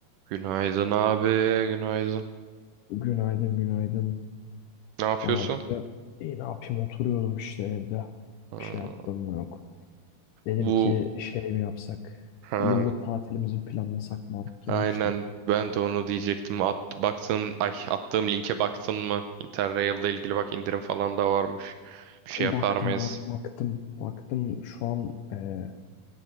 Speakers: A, on the right; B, on the left.
A: Günaydın abi, günaydın.
B: Günaydın, günaydın.
A: Ne yapıyorsun?
B: Ya burada iyi ne yapayım oturuyordum işte evde.
A: Hmm,
B: Bir şey yaptım mı yok. Dedim
A: Bu
B: ki şey mi yapsak?
A: ha,
B: Yıllık tatilimizi planlasak mı artık
A: aynen
B: yavaştan?
A: ben de onu diyecektim. At, baktım, ay attığım linke baktın mı? Interrail'le ilgili bak indirim falan da varmış. Bir şey
B: Baktım
A: yapar mıyız?
B: abi baktım. Baktım şu an e,